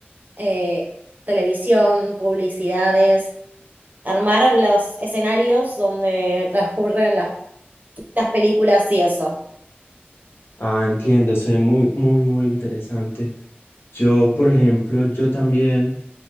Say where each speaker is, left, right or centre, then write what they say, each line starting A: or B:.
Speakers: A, on the right; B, on the left.
A: eh, televisión, publicidades, armar los escenarios donde transcurren las, las películas y eso.
B: Ah, entiendo, se ve muy, muy, muy interesante. Yo, por ejemplo, yo también